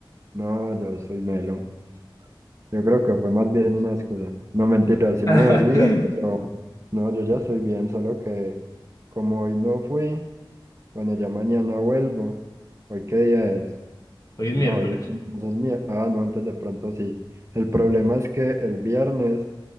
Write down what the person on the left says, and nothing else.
<laughs>
Hoy es miércoles.